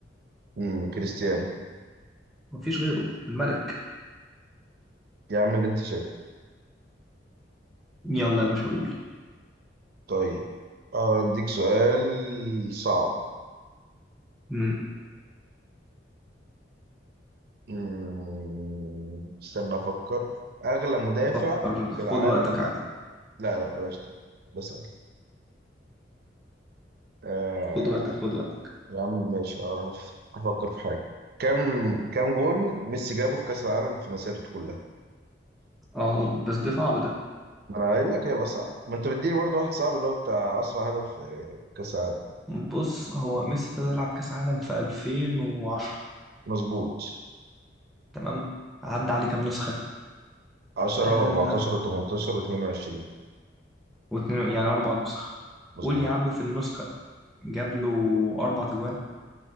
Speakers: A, on the right; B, in the centre.
A: امم كريستيانو
B: مفيش غيره الملك
A: يا عم اللي أنت شايفه
B: يلا يا باشا قول
A: طيب أديك سؤال صعب
B: مم.
A: مم، استنى أفكر أغلى مدافع
B: فكر
A: في
B: خد
A: العالم
B: وقتك عادي
A: لا لا بلاش ده ده سهل آه
B: خد وقتك خد وقتك
A: يا عم ماشي أعرف أفكر في حاجة كم كم جون ميسي جابه في كأس العالم في مسيرته كلها
B: اه بس ده صعب ده
A: ما أنا قايل لك هيبقى صعب ما أنت بتديني برضه واحد صعب اللي هو بتاع أسرع هدف في كأس العالم
B: بص هو ميسي ابتدى يلعب كأس عالم في 2010
A: مظبوط
B: تمام عدى عليه كام نسخة
A: 10
B: آه
A: و14 و18 و22
B: واتنين يعني أربع نسخ
A: مظبوط
B: قول يا عم في النسخة جاب له أربع تجوان